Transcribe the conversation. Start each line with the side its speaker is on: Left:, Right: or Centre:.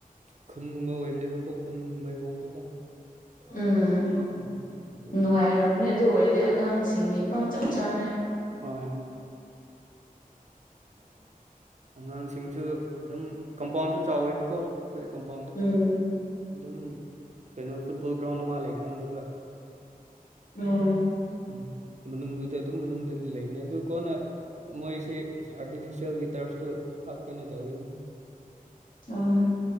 Right: ꯈꯨꯟꯒꯨꯝꯕ ꯑꯣꯏꯔꯝꯅꯦꯕꯀꯣ ꯈꯨꯟꯒꯨꯝꯕꯩ ꯃꯑꯣꯡꯗꯀꯣ
Left: ꯎꯝ
Right: ꯎꯝ ꯑꯗꯨꯒꯤ
Left: ꯅꯨꯡꯉꯥꯏꯔꯝꯅꯤ ꯑꯗꯨ ꯑꯣꯏꯔꯗꯤ ꯑꯉꯥꯡꯁꯤꯡꯒꯤꯀꯣ ꯆꯞ ꯆꯥꯔꯦ
Right: ꯍꯣꯏ ꯑꯉꯥꯡꯁꯤꯡꯁꯨ ꯑꯗꯨꯝ ꯀꯝꯄꯥꯎꯟꯁꯨ ꯆꯥꯎꯋꯦꯕꯀꯣ ꯑꯩꯈꯣꯏꯒꯤ ꯀꯝꯄꯥꯎꯟꯗꯣ
Left: ꯎꯝ
Right: ꯑꯗꯨꯝ ꯀꯩꯅꯣ ꯐꯨꯠꯕꯣꯜ ꯒ꯭ꯔꯥꯎꯟ ꯑꯃ ꯂꯩꯈ꯭ꯔꯕꯅꯦꯕ
Left: ꯑꯣ
Right: ꯎꯝ ꯃꯅꯨꯡꯗꯨꯗ ꯑꯗꯨꯝ ꯃꯅꯨꯡꯗꯗꯨ ꯂꯩꯕꯅꯦ ꯑꯗꯨ ꯀꯣꯟꯅ ꯃꯣꯏꯁꯤ ꯑꯥꯔꯇꯤꯐꯤꯁꯦꯜꯒꯤ ꯇꯔꯐꯇꯨ ꯍꯥꯞꯀꯦꯅ ꯇꯧꯔꯤꯕꯅꯦ
Left: ꯑ